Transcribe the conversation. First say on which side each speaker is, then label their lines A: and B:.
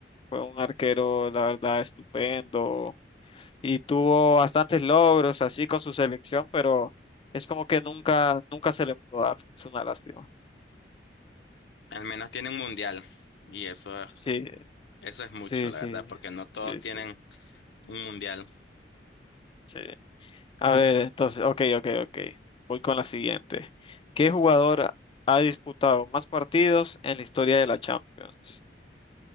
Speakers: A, on the left; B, on the left.
A: Fue un arquero, la verdad, estupendo. y tuvo bastantes logros así con su selección, pero es como que nunca, nunca se le pudo dar. Es una lástima.
B: Al menos tiene un mundial y eso,
A: Sí,
B: eso es mucho,
A: sí,
B: la
A: sí,
B: verdad, porque no todos
A: sí,
B: tienen
A: sí,
B: un mundial.
A: sí. A ver, entonces, ok, ok, ok. Voy con la siguiente. ¿Qué jugador ha disputado más partidos en la historia de la Champions?